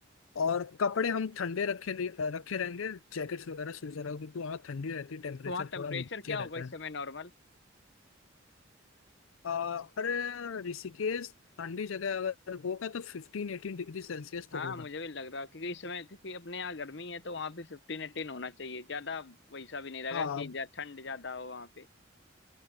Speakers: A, on the left; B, on the left.
A: और कपड़े हम ठंडे रखे नहीं- रखे रहेंगे जैकेट्स वगैरह स्वीज वगैरह क्योंकि वहाँ ठंडी रहती है टेम्परेचर
B: तो वहाँ टेम्परेचर
A: थोड़ा नीचे
B: क्या
A: रहता
B: होगा इस
A: है
B: समय नॉर्मल
A: आ, अरे ऋषिकेश ठंडी जगह अगर होगा तो फिफ्टीन एटीन डिग्री सेल्सियस तो
B: हाँ
A: होगा
B: मुझे भी लग रहा है क्योंकि इस समय क्योंकि अपने यहाँ गर्मी है तो वहाँ भी फिफ्टीन एटीन होना चाहिए ज्यादा वैसा भी नहीं रहेगा
A: हाँ
B: कि ज्या- ठंड ज्यादा हो वहाँ पे